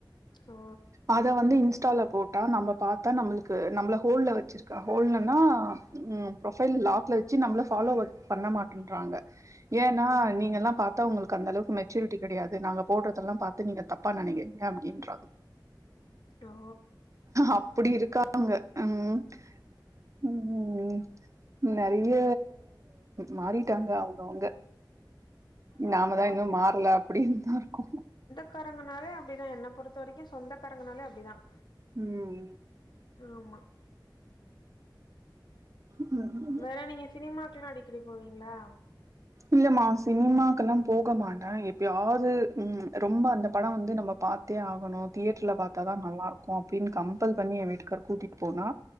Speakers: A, on the left; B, on the right.
A: ஓ
B: அத வந்து இன்ஸ்டால போட்டா நம்ம பாத்தா நம்பளுக்கு நம்மள ஹோல்ல வச்சு ருக்கா ஹோல்லன்னா ம் ப்ரொஃபைல் லாக்ல வச்சு நம்பள ஃபாலோவர் பண்ண மாட்டேன்றாங்க ஏன்னா
A: ம்
B: நீங்கள்லா பாத் தா உங்களுக்கு அந்தளவுக்கு மெச்சுரிட்டி கிடையாது நாங்க போடுறதெல்லாம் பாத்து நீங்க தப்பா நினைக்கிறீங்க அப்படின்றா
A: ஓ
B: அப்டி இருக்காங்க உம் ம் நறைய மாறிட்டாங்க அவங்கவுங்க
A: ஆமா
B: நாமதான் இன்னும் மாறல அப்படின்னுதான் இருக்கும்
A: க்காரங்கனாலே அப்படிதான் என்னை பொறுத்த வரைக்கும் சொந்தக்காரங்கனாலே அப்படிதான்
B: உம்
A: ஆமா
B: ம்
A: வேற நீங்க சினிமாக்கல்லாம் அடிக்கடி போவீங்களா
B: இல்லமா சினிமாக்கெல்லாம் போக மாட்டேன் எப்பயாவது உம் ரொம்ப அந்த படம் வந்து நம்ப பாத் தே ஆகணும் தியேட்டர்ல பாத்தாதான் நல்லா இருக்கும் அப்படின்னு கம்பல் பண்ணி எ வீட்டு்கார் கூட்டிட்டு போனா